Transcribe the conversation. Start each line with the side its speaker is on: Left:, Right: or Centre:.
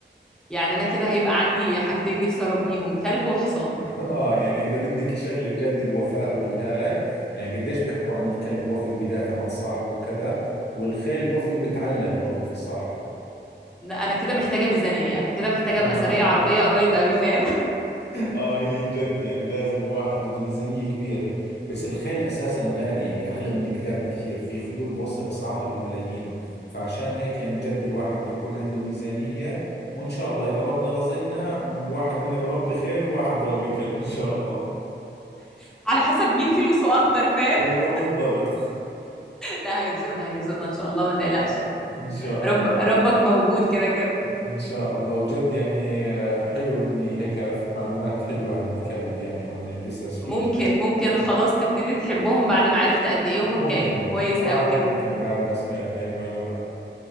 Centre: يعني انا كده هيبقى عندي حاجتين نفسي اربيهم كلب وحصان
Left: <laughs> اه يعني اذا بدك شغلة جد الوفاء والهاي يعني قديش بيحكوا عن الكلب وفي وبدافع عن صاحبه وكذا والخيل وفي وبتعلق برضه في صاحبه
Centre: لا، انا كده محتاجة ميزانية انا كده محتاجة
Left: اه
Centre: ابقى ثرية عربية قريب قوي فاهم
Left: اه هي جد يعني لازم الواحد بده ميزانية كبيرة بس الخيل اساسا غالي يعني اغلى من الكلاب بكثير في خيول بوصل اسعارها بالملايين فعشان هيك يعني جد الواحد بده يكون عنده ميزانية وان شاء الله اذا ربنا رزقنا واحد منا بربي خيل وواحد بربي كلب ان شاء الله
Centre: <laughs> على حسب مين فلوسه اكتر فاهم
Left: ايوه
Centre: <laughs>
Left: بالضبط
Centre: لا هيرزقنا هيرزقنا ان شاء الله ما تقلقش
Left: <laughs> ان شاء
Centre: رب
Left: الله
Centre: ربك موجود كده كده
Left: ان شاء الله وجد يعني حلو اني هيك عرفت معلومات حلوة عن الكلب يعني وعن البسس
Centre: ممكن
Left: والهاي
Centre: ممكن خلاص تبتدي تحبهم بعد ما عرفت قد ايه هو
Left: ممكن
Centre: كائن كويس
Left: صراحة
Centre: قوي كده
Left: ممكن بعد ما سمعت هاي المعلومات